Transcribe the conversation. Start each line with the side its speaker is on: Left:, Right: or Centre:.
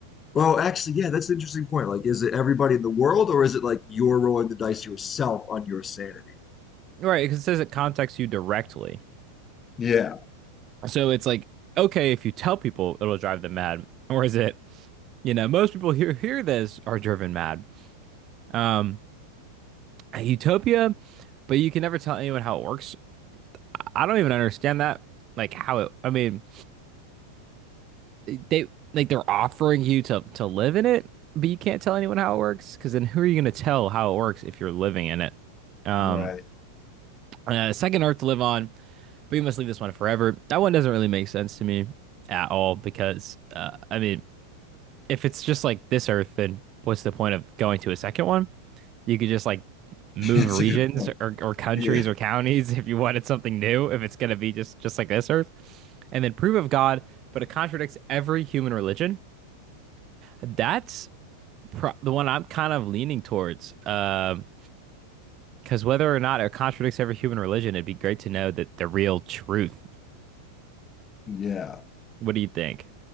Left: Well, actually, yeah, that's an interesting point. Like, is it everybody in the world, or is it like you're rolling the dice yourself on your sanity?
Right: right, because it says it contacts you directly.
Left: Yeah,
Right: So it's like, okay, if you tell people, it'll drive them mad. <laughs> Or is it, you know, most people who hear this are driven mad. Um, utopia, but you can never tell anyone how it works. I don't even understand that. Like how it, I mean, they like they're offering you to to live in it, but you can't tell anyone how it works because then who are you going to tell how it works if you're living in it? Um,
Left: right.
Right: uh, second Earth to live on, but you must leave this one forever. That one doesn't really make sense to me at all because uh, I mean, if it's just like this Earth, then what's the point of going to a second one? You could just like move
Left: <laughs> That's
Right: regions
Left: a good point.
Right: or, or countries
Left: Yeah,
Right: or counties <laughs> if you wanted something new, if it's going to be just just like this Earth, and then prove of God, but it contradicts every human religion. That's pro- the one I'm kind of leaning towards. Um, because whether or not it contradicts every human religion, it'd be great to know that the real truth.
Left: yeah.
Right: What do you think?